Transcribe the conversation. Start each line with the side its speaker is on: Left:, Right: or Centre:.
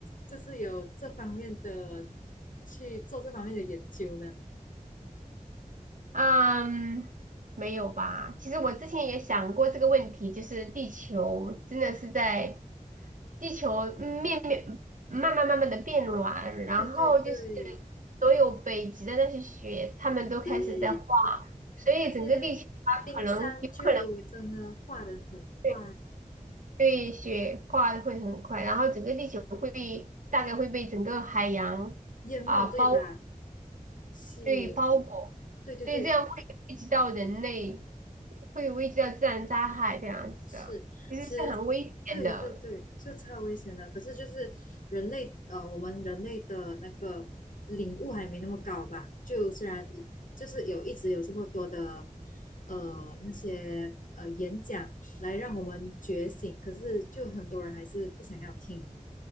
Left: 就是有这方面的去做这方面的研究呢？
Right: 嗯，没有吧？其实我之前也想过这个问题，就是地球真的是在地球嗯面面慢慢慢慢的变软，然后就是
Left: 对对对，
Right: 所有北极的那些雪，它们都开始在化，
Left: 对，
Right: 所以整个地球它可能有可能
Left: 那些冰山就真的化得很快，
Right: 对对雪化的会很快，然后整个地球会大概会被整个海洋啊包。
Left: 淹没，对吧？是，
Right: 对包裹，
Left: 对对对，
Right: 所以这样会危及到人类，会危及到自然灾害这样子的，
Left: 是，
Right: 其实是很危险的。
Left: 其实对对对，就超危险的。可是就是人类，呃，我们人类的那个领悟还没那么高吧？就虽然就是有一直有这么多的呃那些呃演讲来让我们觉醒，可是就很多人还是不想要听。